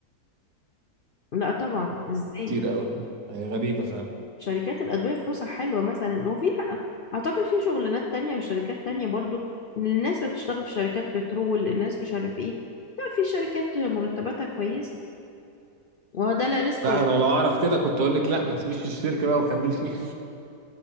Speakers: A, on the left (about 60°); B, on the right (about 70°).
A: لا طبعا ازاي
B: كتير أوي يعني، هي غريبة فعلا
A: شركات الادوية فلوسها حلوة مثلا وفي اعتقد في شغلانات تانية وشركات تانية برضو الناس اللي بتشتغل في شركات بترول الناس مش عارف ايه لا في شركات مرتباتها كويسة وهو ده لا ريسك
B: لا
A: ولا
B: أنا لو أعرف كده كنت أقول لك لا ما تسيبيش الشركة بقى وكمل فيها